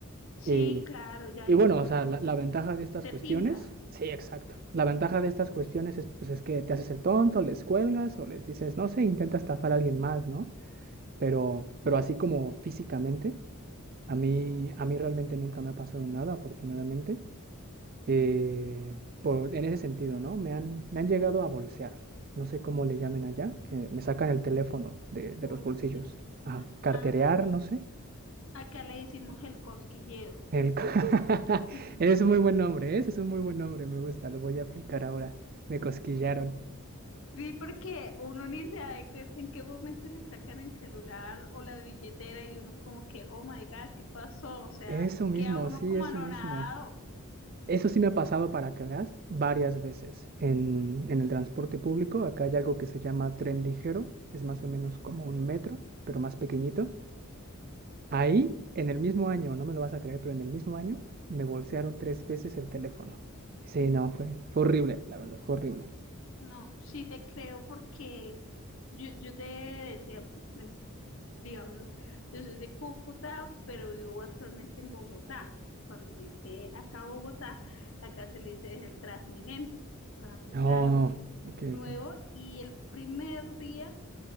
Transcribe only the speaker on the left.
sí,
claro, ya
ahí
uno
no
se
timbra,
bolsa.
Ah,
acá le hicimos el cosquilleo.
<laughs>
Sí, porque uno ni se da de cuenta en qué momento le sacan el celular o la billetera y uno como que, oh my God, ¿qué pasó? O sea,
queda uno
como
anonadado.
No, sí te creo porque yo, yo te decía, bueno, digamos, yo soy de Cúcuta, pero vivo actualmente en Bogotá. Cuando llegué acá a Bogotá, acá se le dice el Transmilenio. Para mí
fue algo
nuevo
y el primer día